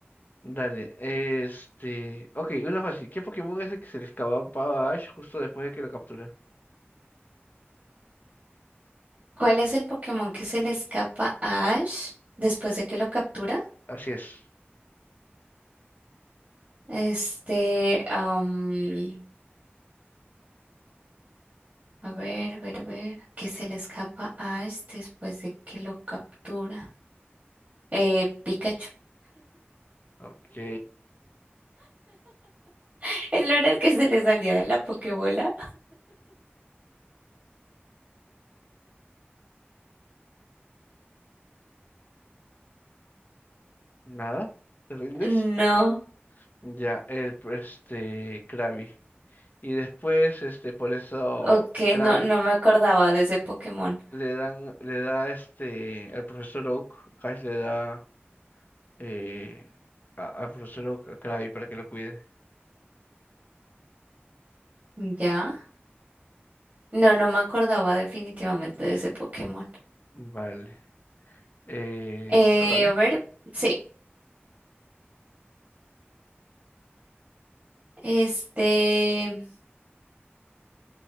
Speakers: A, on the left (about 45°); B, on the right (about 30°).
A: Dale, este... Ok, una fácil. ¿Qué Pokémon es el que se le escapaba a Ash justo después de que lo captura?
B: ¿Cuál es el Pokémon que se le escapa a Ash después de que lo captura?
A: Así es.
B: Este, am, a ver, a ver, a ver, que se le escapa a Ash después de que lo captura. Eh, Pikachu.
A: Ok,
B: <laughs> ¿El no era el que se le salía de la Pokébola?
A: nada. ¿Te rindes?
B: No.
A: Ya, el, este, Krabby. Y después, este, por eso
B: Ok,
A: Krabby
B: no, no me acordaba de ese Pokémon.
A: le dan, le da, este, al profesor Oak, Ash le da, eh, a- al profesor Oak a Krabby para que lo cuide.
B: ¿Ya? No, no me acordaba definitivamente de ese Pokémon.
A: Vale. Eh,
B: Eh,
A: te toca, ¿no?
B: a ver, sí. Este,